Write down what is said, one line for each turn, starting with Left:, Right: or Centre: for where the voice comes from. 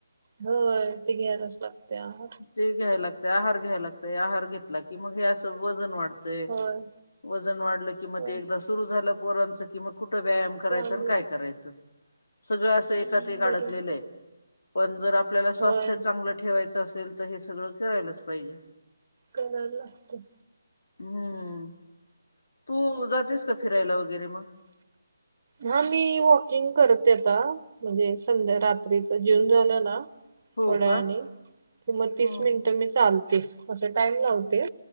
Right: होय. ते घ्यायलाच लागतेया आह
Left: ते घ्यायला लागतय, आहार घ्यायला लागतय, आहार घेतला कि मग हे असं वजन वाढतंय.
Right: होय
Left: वजन वाढलं किं मग
Right: होय
Left: ते एकदा सुरु झालं पोरांच किं कुठे व्यायाम करायच,
Right: चालेल
Left: अन काय करायचं, सगळं असं
Right: हम्म,
Left: एकात एक
Right: बरोबर
Left: अडकलेलंय. पण जर आपल्याला स्वास्थ्य
Right: होय
Left: चांगलं ठेवायचं असेल, तर हे सगळं करायलाच पाहिजे.
Right: करायला लागत.
Left: हम्म. तू जातेस का फिरायला वगैरे मग?
Right: हा मी वॉकिंग करते आता. म्हणजे, संध्या रात्रीच जेऊन झालं ना.
Left: हो
Right: थोड्या
Left: का
Right: आणि कि मग तीस
Left: हम्म
Right: मिनिटं मी चालते असा टाइम लावते.